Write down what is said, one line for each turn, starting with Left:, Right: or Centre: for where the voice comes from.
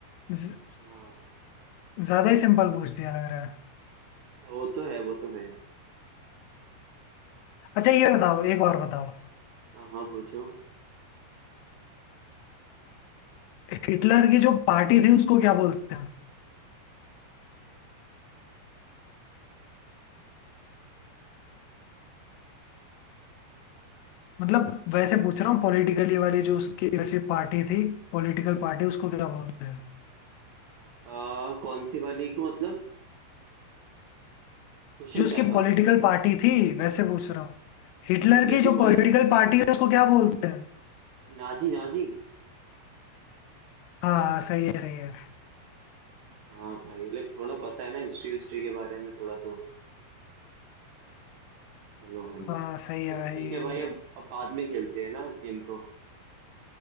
Left: ज-
Right: हाँ
Left: ज्यादा ही सिंपल पूछ दिया लग रहा है
Right: वो तो है वो तो है यार
Left: अच्छा ये बताओ एक और बताओ
Right: हाँ हाँ पूछो
Left: हिटलर की जो पार्टी थी उसको क्या बोलते हैं मतलब वैसे
Right: हम्म,
Left: पूछ रहा हूँ पॉलिटिकली वाली जो उसकी वैसी पार्टी थी पॉलिटिकल पार्टी उसको क्या बोलते हैं
Right: आ, कौन सी वाली को मतलब क्वेश्चन
Left: जो उसकी
Right: क्या था
Left: पॉलिटिकल पार्टी थी वैसे पूछ रहा हूँ हिटलर
Right: हिटलर
Left: की
Right: की
Left: जो
Right: पॉलिट
Left: पॉलिटिकल पार्टी है उसको क्या बोलते हैं
Right: नाजी नाजी
Left: हाँ हाँ, सही है सही है
Right: हाँ भाई लाइक थोड़ा पता है ना हिस्ट्री हिस्ट्री के बारे में थोड़ा सा चलो भाई
Left: हाँ सही है
Right: चलो
Left: भाई
Right: ठीक है भाई अब अब बाद में खेलते हैं ना इस गेम को